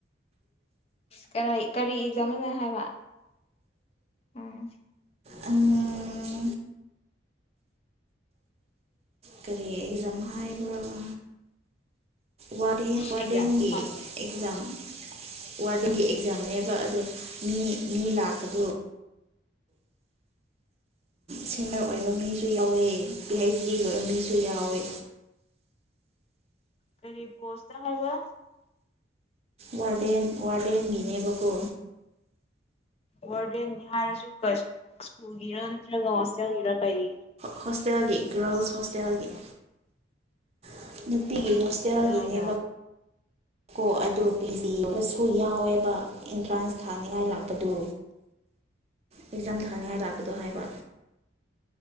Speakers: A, on the left; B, on the right.
A: ꯀꯔꯥꯏ ꯀꯔꯤ ꯑꯦꯛꯖꯥꯝꯅꯣ ꯍꯥꯏꯕ ꯎꯝ
B: ꯑꯝ ꯀꯔꯤ ꯑꯦꯛꯖꯥꯝ ꯍꯥꯏꯕ꯭ꯔꯕ ꯋꯥꯔꯗꯦꯟ ꯋꯥꯔꯗꯦꯟꯒꯤ
A: ꯑꯦꯛꯖꯥꯝ ꯐꯥꯎ ꯐꯪꯗ꯭ꯔꯤꯗꯣ
B: ꯑꯦꯛꯖꯥꯝ ꯋꯥꯔꯗꯦꯟꯒꯤ ꯑꯦꯛꯖꯥꯝꯅꯦꯕ ꯑꯗꯨ ꯃꯤ ꯃꯤ ꯂꯥꯛꯄꯗꯣ ꯁꯦꯟꯅꯔ ꯑꯣꯏꯕ ꯃꯤꯁꯨ ꯌꯥꯎꯋꯦ ꯄꯤ ꯍꯩꯆ ꯗꯤ ꯂꯣꯏꯕ ꯃꯤꯁꯨ ꯌꯥꯎꯋꯦ
A: ꯀꯔꯤ ꯄꯣꯁꯇ ꯍꯥꯏꯕ
B: ꯋꯥꯔꯗꯦꯟ ꯋꯥꯔꯗꯦꯟꯒꯤꯅꯦꯕꯀꯣ
A: ꯋꯥꯔꯗꯦꯟꯒꯤ ꯍꯥꯏꯔꯁꯨ ꯀ ꯁ꯭ꯀꯨꯜꯒꯤꯔ ꯅꯠꯇ꯭ꯔꯒ ꯍꯣꯁꯇꯦꯜꯒꯤꯔ ꯀꯩ
B: ꯍꯣꯁꯇꯦꯜꯒꯤ ꯒꯔꯜꯁ
A: ꯏꯟꯁꯇꯤꯇ꯭ꯌꯨꯁꯟꯒꯤꯔ
B: ꯍꯣꯁꯇꯦꯜꯒꯤ <inaudible> ꯄꯤꯒꯤ ꯍꯣꯁꯇꯦꯜꯒꯤꯅꯦꯕ
A: ꯀꯗꯥꯏꯗ
B: ꯀꯣ ꯑꯗꯨ ꯄꯦ ꯖꯤ ꯑꯣꯏꯔꯁꯨ ꯌꯥꯎꯋꯦꯕ ꯑꯦꯟꯇ꯭ꯔꯥꯟꯁ ꯊꯥꯅꯤꯡꯉꯥꯏ ꯂꯥꯛꯄꯗꯨ ꯑꯦꯛꯖꯥꯝ ꯊꯥꯅꯤꯡꯉꯥꯏ ꯂꯥꯛꯄꯗꯣ ꯍꯥꯏꯕ